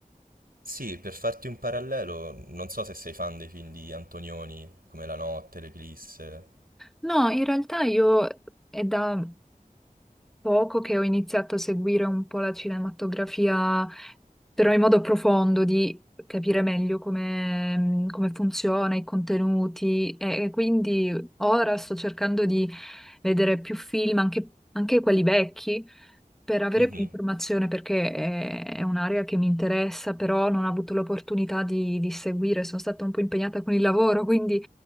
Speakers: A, on the right (about 85°); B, in the centre.
A: Sì, per farti un parallelo, non so se sei fan dei film di Antonioni, come La Notte, L'Eclisse.
B: No, in realtà io è da poco che ho iniziato a seguire un po' la cinematografia, però in modo profondo, di capire meglio come, mh, come funziona, i contenuti, e, e quindi ora sto cercando di vedere più film, anche anche quelli vecchi Per avere
A: Mhm.
B: più informazione, perché è, è un'area che mi interessa, però non ho avuto l'opportunità di, di seguire, sono stata un po' impegnata con il lavoro, quindi